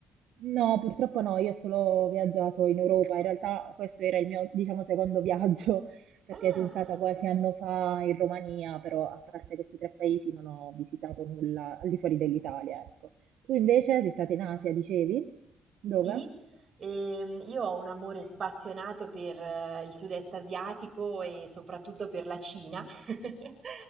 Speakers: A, on the right; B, on the right.
A: No, purtroppo no, io ho solo viaggiato in Europa, in realtà questo era il mio, diciamo, secondo viaggio, <laughs> perché
B: Ah.
A: sono stata qualche anno fa in Romania, però a parte questi tre paesi non ho visitato nulla al di fuori dell'Italia, ecco. Tu invece sei stata in Asia, dicevi? Dove?
B: Sì, ehm, io ho un amore spassionato per eh, il sud-est asiatico e soprattutto per la Cina. <laughs>